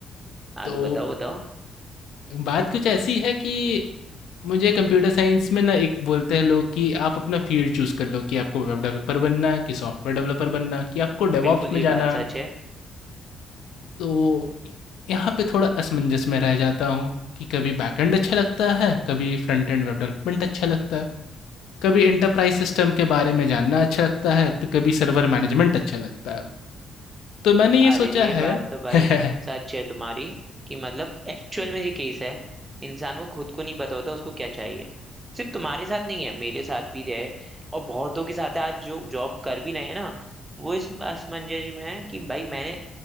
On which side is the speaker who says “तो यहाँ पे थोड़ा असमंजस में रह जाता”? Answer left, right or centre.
Left